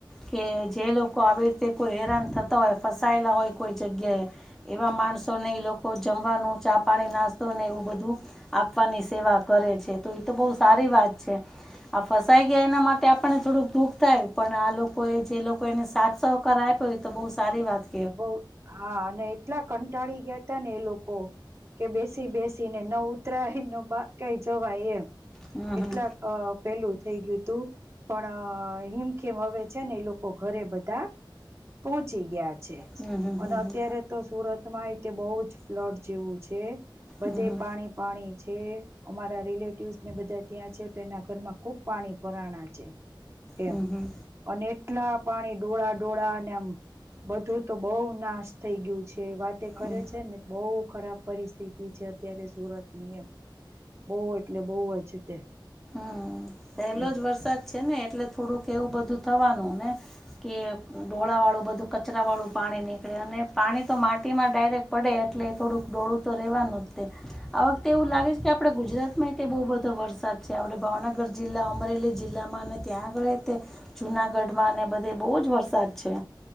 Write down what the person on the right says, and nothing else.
બહુ, હા અને એટલા ક ટાળી ગયા તા ને એ લોકો, કે બેસી બેસી ને નવ ઉતરાહી ન બાર કઈ જવા એમ
એટલા
પેલું થઈ ગયું તું. પણ હિમખેમ હવે છે ને એ લોકો ઘરે બધા પહોંચી ગયા.
અને
અત્યારે તો સુરતમાં એ બહ જ ફ્લડ જેવું છે. બધે
પાણી પાણી છે. અમારા રિલેટિવસ ને બધા ત્યાં છે. તેના ઘરમાં ખુબ પાણી પરાણા છે. એમ
અને એટલા પાણી ડોળા ડોળા ને આમ બધું તો બઉુ નાશ થઈ ગયું છે, વાત કરે
છે ને. બહુ ખરાબ પરિસ્થિતિ છે અત્યારે સુરત ની એમ બહુ એટલે બહુ જ તે.
એમ